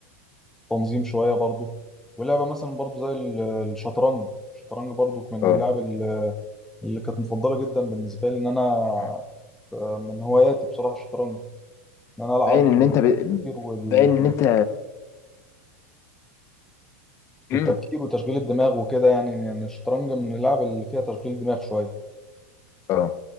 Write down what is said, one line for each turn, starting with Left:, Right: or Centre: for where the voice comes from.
Centre: التنظيم شوية برضو ولعبة مثلا برضو زي ال- الشطرنج الشطرنج برضو من
Left: اه
Centre: اللعب ال- اللي كانت مفضلة جدا بالنسبة لي ان انا
Left: م.
Centre: آه، من هواياتي بصراحة الشطرنج ان انا العب
Left: باين ان
Centre: والتفكير
Left: انت ب...
Centre: وال...
Left: باين ان انت مم.
Centre: والتفكير وتشغيل الدماغ وكده يعني ان الشطرنج من اللعب اللي فيها تشغيل دماغ شويه
Left: اه